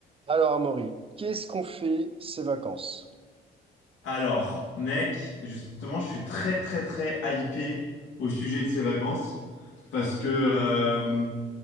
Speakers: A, on the right (about 30°); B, on the left (about 80°).
A: Alors, Amaury, qu'est-ce qu'on fait ces vacances?
B: Alors, mec, justement, je suis très, très, très hypé au sujet de ces vacances parce que, euh,